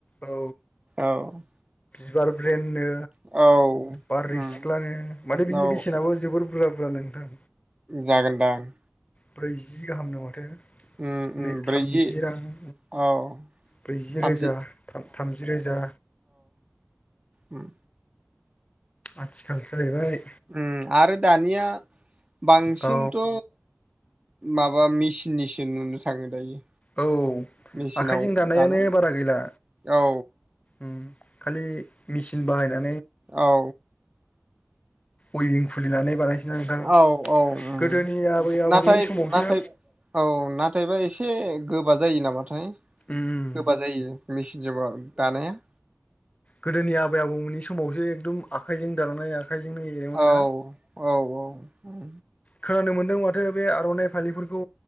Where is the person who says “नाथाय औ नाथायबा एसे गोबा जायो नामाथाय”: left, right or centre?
Right